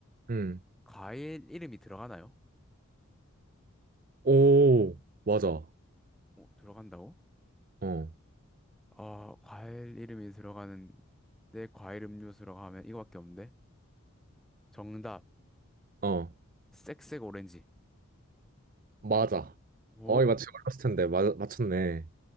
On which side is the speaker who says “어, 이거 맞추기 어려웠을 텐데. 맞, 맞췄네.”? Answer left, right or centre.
Right